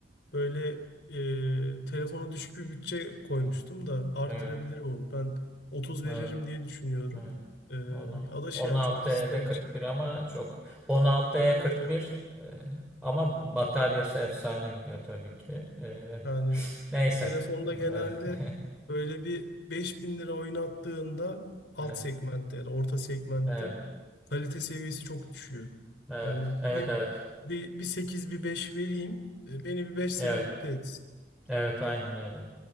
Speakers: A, on the left; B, in the centre.
A: Böyle e, telefona düşük bir bütçe koymuştum
B: Evet.
A: da arttırabilirim
B: Evet.
A: onu. Ben 30 veririm
B: Evet.
A: diye düşünüyorum.
B: evet.
A: E,
B: Onu
A: adaşı
B: 16E'de
A: yani çok kıstığım
B: 41
A: için.
B: ama çok 16E
A: Yani
B: 41
A: o
B: e, kırk bir e, ama bataryası efsane gidiyor tabii ki. E,
A: yani
B: <laughs> neyse.
A: telefonda
B: E,
A: genelde böyle bir beş bin lira oynattığında alt
B: evet.
A: segmentte
B: <laughs>
A: yani orta segmentte
B: Evet.
A: kalite seviyesi çok düşüyor.
B: Evet.
A: Yani
B: Evet.
A: bir
B: Evet. Evet.
A: bir, bir 8 bir 5 vereyim. E, Beni bir beş sene
B: Evet.
A: mutlu etsin.
B: Evet. Aynen öyle.